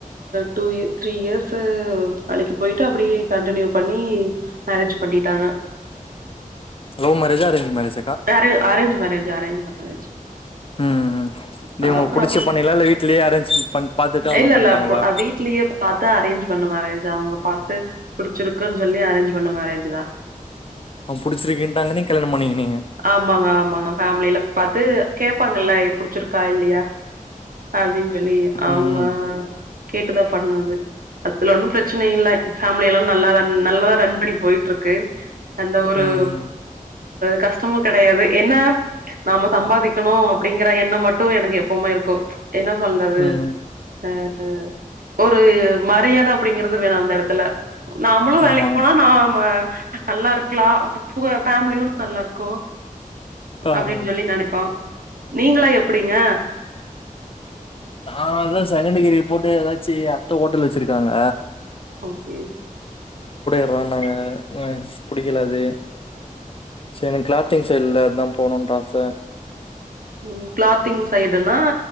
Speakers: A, on the right; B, on the left.
A: டூ த்ரீ இயர்ஸ் வேலைக்கு போயிட்டு அப்படியே கண்டியூ பண்ணி மேரேஜ் பண்ணிட்டாங்க
B: லவ் மேரேஜா அரேஞ் மேரேஜா
A: அரே அரேஞ் மேரேஜ் அரேஞ் மேரேஜ்
B: ம் ம் டேய் உங்களுக்கு
A: அப்பறம்
B: புடிச்சு
A: அப்படி
B: பண்ணீங்களா இல்ல வீட்லயே அரேஞ்ச் பண் பாத்துட்டு அவ்ளோதா
A: இல்ல
B: பண்ணிட்டாங்களா
A: இல்ல வீட்லயே பாத்தா அரேஞ் பண்ணுவே அரேஞ் அவங்க பாத்து புடிச்சிருக்கன்னு சொல்லி அரேஞ் பண்ண மேரேஜ் தா
B: அவங் புடிச்சிருக்குட்டாங்க நீங்க கல்யாணம் பண்ணினீங்க
A: ஆமாங்க ஆமாங்க ஃபேமில பாத்து கேப்பாங்கல்ல புடிச்சிருக்கா இல்லையா அப்படின்னு சொல்லி அவங்க
B: ம்
A: கேட்டுதா பண்ணாங்க அதுல ஒன்னும் பிரச்சனை இல்ல ஃபேமிலிய எல்லாம் நல்லா ரன் நல்லாதா ரன் பண்ணி போயிட்டு இருக்கு ஏந்த ஒரு
B: ம் ம்
A: கஷ்ட துமு கெடயாது என்ன நாம சம்பாதிக்கணு அப்படிங்கிற எண்ணம் மட்டு எனக்கு எப்பவுமே இருக்கூ என்ன சொல்றது
B: ம்
A: அ அ ஒரு மரியாத அப்படிங்கறது வேணும் அந்த எடத்துல நாமளும் வேலைக்கு
B: ஆமா
A: போனா நாம நல்லா இருக்கலா ஃபேமிலியும் நல்லா இருக் கூ
B: ஆ
A: அப்படின்னு
B: ஆ
A: சொல்லி நெனப்போம் நீங்களா எப்படிங்க
B: நா அதா செகண்ட் டிகிரி போட்டு ஏதாச்சு அத்த ஹோட்டல் வச்சிருக்காங்க
A: ஓகே
B: அப்ரோ நாங்க மன்ஸ் புடிக்கல அது ச எனக் கிளாத்திங் சைடலதுதா போணுன்ற ஆச
A: உம் கிளாத்திங் சைடுனா